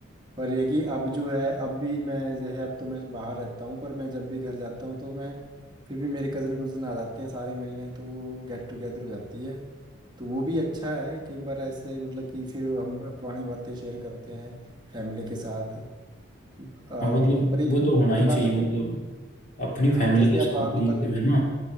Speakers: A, on the right (about 20°); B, on the left (about 40°).
A: पर ये कि अब जो है अब भी मैं जो है अब तो मैं बाहर रहता हूँ पर मैं जब भी घर जाता हूँ तो मैं फिर भी मेरे कज़न कुज़न आ जाते हैं सारे मिलने तो वो गेट टुगेदर हो जाती है तो वो भी अच्छा है कई बार ऐसे मतलब कि फिर हम पुरानी बातें शेयर करते हैं फैमिली के साथ अ, पर
B: हाँ मतलब
A: ये
B: वो तो होना ही
A: के
B: चाहिए
A: बाद है
B: मतलब
A: कि
B: अपनी फैमिली
A: हाँ जैसे
B: के साथ
A: आप बाहर
B: तो
A: निकल
B: मतलब है ना